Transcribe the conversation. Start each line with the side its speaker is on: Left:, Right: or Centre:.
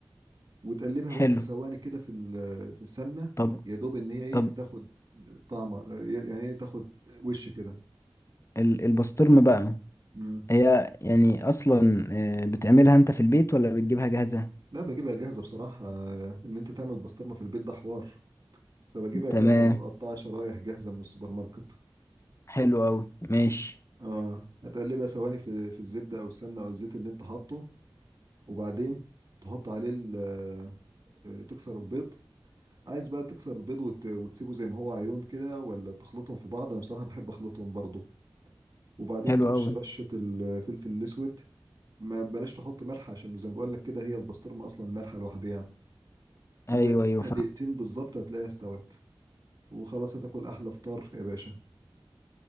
Right: وتقلبها
Left: حلو
Right: بس ثواني كده في ال- في السمنة
Left: طب
Right: يا دوب ان هي ايه
Left: طب
Right: تاخد طعم يعني ايه تاخد وش كده
Left: ال- البسطرمة بقى
Right: مم.
Left: هي يعني اصلا آه، بتعملها انت في البيت ولا بتجيبها جاهزة
Right: لا بجيبها جاهزة بصراحة ان انت تعمل بسطرمة في البيت ده حوار فبجيبها
Left: تمام
Right: كده بتبقى متقطعة شرايح جاهزة من السوبر ماركت
Left: حلو قوي ماشي
Right: اه هتقلبها ثواني في في الزبدة او السمنة او الزيت اللي انت حاطه وبعدين تحط عليه ال- آه، تكسر البيض عايز بقى تكسر البيض وت... وتسيبه زي ما هو عيون كده ولا تخلطهم في بعض انا بصراحه بحب اخلطهم برضو وبعدين
Left: حلو
Right: ترش
Left: قوي
Right: رشه الفلفل الاسود ما بلاش تحط ملح عشان زي ما بقول لك كده هي البسطرمه اصلا مالحه لوحدها وبقى
Left: ايوه ايوه
Right: دقيقتين بالظبط هتلاقيها استوت وخلاص هتاكل احلى فطار يا باشا